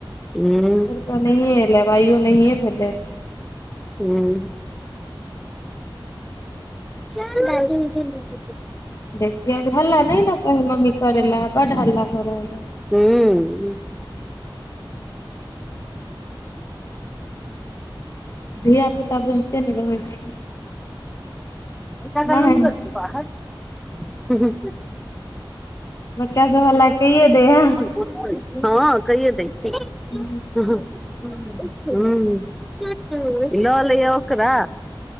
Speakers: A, in the centre; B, on the left.
A: हू
B: रुपया नहिए एलै आइयो नहिये भेलै।
A: हूँ चलू सात दिन में चैल जेतै।
B: देखियो हल्ला नैने करू मम्मी करे ला बड हल्ला भ रहल हअ।
A: ह्म।
B: धिया पुता बुझते नै रहै छै।
A: <unintelligible>
B: नहि
A: बाहर हूँ हू
B: बच्चा सब हल्ला कइये देै हे।
A: बुझबै हऽ कहिये दै छै।
B: हू
A: ह्म ह लऽ लैअ ओकरा।